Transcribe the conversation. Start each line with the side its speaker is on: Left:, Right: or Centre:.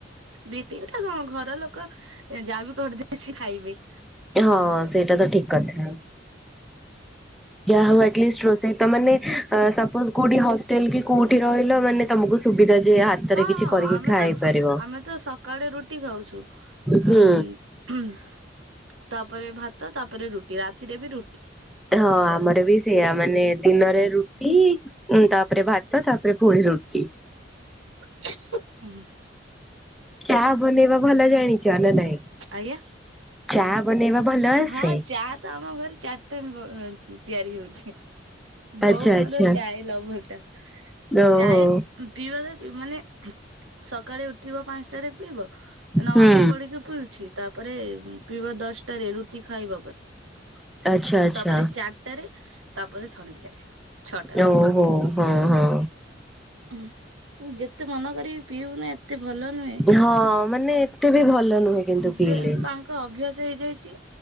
Right: ବି ତିନିଟା କଣ ଘର ଲୋକ ଯାହା ବିି କରି ସେ ଖାଇବେ
Centre: ହଁ ସେଇଟା ତ ଠିକ କଥା ଯାହା ହଉ ଅଟଲିଷ୍ଟ ରୋଷେଇ ତ ମାନେ ସପୋଜ୍‌ କୋଉଠି ହଷ୍ଟେଲ୍ କି କୋଉଠି ରହିଲ ମାନେ ତମକୁ ସୁବିଧା ଯେ ହାତରେ
Right: ହଁ
Centre: କିଛି
Right: ହଁ
Centre: କରିକି
Right: ଆମେ
Centre: ଖାଇ
Right: ତ
Centre: ପାରିବ
Right: ଆମେ ତ ସକାଳେ ରୁଟି ଖାଉଛୁ
Centre: ହୁଁ
Right: ଅ ହମ୍ମ ତାପରେ ଭାତ ତାପରେ ରୁଟି ରାତିରେ ବି ରୁଟି
Centre: ହଁ ଆମର ବି ସେଆା ମାନେ ଦିନରେ ରୁଟି ହୁଁ ତାପରେ ଭାତ ତାପରେ ପୁଣି ରୋଟିି
Right: <unintelligible>
Centre: ଚା ବନେଇବା ଭଲ ଜାଣିଛ ନା ନାଇଁ
Right: ଆଜ୍ଞା
Centre: ଚା ବନେଇବା ଭଲ ଆସେ
Right: ହଁ ଚା ତ ଆମ ଘରେ ଚାରି ଟାଇମ ତିଆରି ହଉଛି
Centre: ଆଚ୍ଛା
Right: ବୋଉ ମୋର
Centre: ଆଚ୍ଛା
Right: ଚାଏ ଲଭର ଟା
Centre: ଓହୋ
Right: ଚାଏ ପିଇବାରେ ମାନେ ସକାଳେ ଉଠିବ ପାଞ୍ଚଟାରେ ପିଇବ ନମାଜ
Centre: ହୁଁ
Right: ପଢିକି ଫୁଲଛି ତାପରେ ପିଇବ ଦଶଟାରେ ରୁଟି ଖାଇବା ପରେ
Centre: ଆଚ୍ଛା ଆଚ୍ଛା
Right: ତାପରେ ଚାରିଟାରେ ତାପରେ ସନ୍ଧ୍ୟାରେ ଛଅଟାରେ
Centre: ଓହୋ ହଉ ହଁ ହଁ
Right: ହ ମ ଯେତେ ମନ କରିବି ପିଇବୁନ ଏତେ ଭଲ ନୁହେଁ
Centre: ହଁ ମାନେ ଏତେ ବି ଭଲ ନୁହେଁ କିନ୍ତୁ
Right: ଯେ
Centre: ପିଇଲେ
Right: ତାଙ୍କ ତ ଅଭ୍ୟାସ ହେଇଯାଇଛି